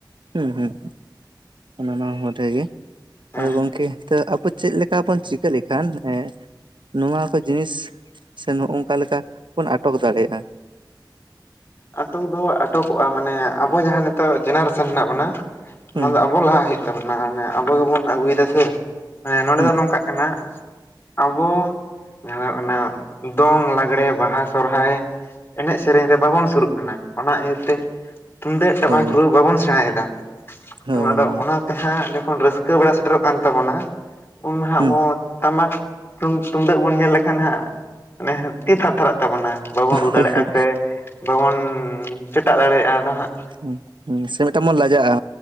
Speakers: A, on the right; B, on the left.
A: ᱦᱩᱸ ᱦᱩᱸ ᱚᱱᱟ ᱢᱟ ᱵᱚᱴᱷᱮ ᱜᱮ
B: ᱦᱮᱸ
A: ᱟᱫᱚ ᱜᱚᱝᱠᱮ ᱛᱚ ᱟᱯᱮ ᱪᱮᱜ ᱞᱮᱠᱟ ᱵᱚᱱ ᱪᱤᱠᱟᱹ ᱞᱮᱠᱷᱟᱱ ᱮᱸ ᱱᱚᱣᱟ ᱠᱚ ᱡᱤᱱᱤᱥ ᱥᱮ ᱱᱚᱼᱚᱝᱠᱟ ᱞᱮᱠᱟ ᱵᱚᱱ ᱟᱴᱚᱠ ᱫᱟᱲᱮᱭᱟᱜᱼᱟ᱾
B: ᱟᱴᱚᱠ ᱫᱚ ᱟᱴᱚᱠᱚᱼᱟ ᱢᱟᱱᱮ ᱟᱵᱚ ᱡᱟᱦᱟᱸ ᱱᱤᱛᱚᱜ ᱡᱮᱱᱟᱨᱮᱥᱮᱱ ᱦᱮᱱᱟᱜ ᱵᱚᱱᱟ
A: ᱦᱩᱸ
B: ᱚᱱᱟ ᱫᱚ
A: ᱦᱩᱸ
B: ᱟᱵᱚ ᱞᱟᱦᱟᱜ ᱦᱩᱭᱩᱜ ᱛᱟᱵᱚᱱᱟ ᱚᱱᱮ ᱟᱵᱚ ᱜᱮᱵᱚᱱ ᱟᱹᱜᱩᱭᱫᱟ ᱥᱮ ᱮᱸ ᱱᱚᱸᱰᱮ
A: ᱦᱩᱸ
B: ᱫᱚ ᱱᱚᱝᱠᱟᱜ ᱠᱟᱱᱟ ᱟᱵᱚ ᱡᱟᱦᱟᱸ ᱚᱱᱟ ᱫᱚᱝ, ᱞᱟᱜᱽᱲᱮ, ᱵᱟᱦᱟ, ᱥᱚᱨᱦᱟᱭ ᱮᱱᱮᱡ ᱥᱮᱨᱮᱧ ᱨᱮ ᱵᱟ ᱥᱩᱨᱩᱜ ᱠᱟᱱᱟ ᱚᱱᱟ ᱤᱭᱟᱹ ᱛᱮ ᱛᱩᱝᱫᱟᱹᱜ ᱴᱟᱢᱟᱠ
A: ᱦᱳᱭ
B: ᱨᱩ ᱵᱟᱵᱚᱱ ᱥᱮᱬᱟᱭ ᱫᱟ᱾
A: ᱦᱳᱭ
B: ᱛᱚ ᱟᱫᱚ
A: ᱦᱳᱭ
B: ᱚᱱᱟ ᱛᱮ ᱦᱟᱸᱜ ᱡᱚᱠᱷᱚᱱ ᱨᱟᱹᱥᱠᱟᱹ ᱵᱟᱲᱟ ᱥᱚ ᱤᱮᱴᱮᱨᱚᱜ ᱠᱟᱱ ᱛᱟᱵᱚᱱᱟ ᱩᱱ ᱦᱟᱸᱜ
A: ᱦᱩᱸ
B: ᱵᱚᱱ ᱴᱟᱢᱟᱠ ᱛᱩᱢ ᱛᱩᱢᱫᱟᱹᱜ ᱵᱚᱱ ᱧᱮᱞ ᱞᱮᱠᱷᱟᱱ ᱦᱟᱸᱜ ᱱᱮ ᱛᱤ ᱛᱷᱟᱨ ᱛᱷᱟᱨᱟᱜ ᱛᱟᱵᱚᱱᱟ ᱵᱟᱵᱚᱱ ᱨᱩ
A: ᱦᱳᱭ
B: ᱫᱟᱲᱮᱭᱟᱜᱼᱟ
A: ᱦᱳᱭ
B: ᱥᱮ ᱵᱟᱵᱚᱱ ᱪᱮᱴᱟᱜ ᱫᱟᱲᱮᱭᱟᱜᱼᱟ ᱟᱫᱚ ᱦᱟᱸᱜ
A: ᱦᱩᱸ ᱦᱩᱸ ᱥᱮ ᱢᱮᱫᱴᱟᱝ ᱵᱚᱱ ᱞᱟᱡᱟᱜᱼᱟ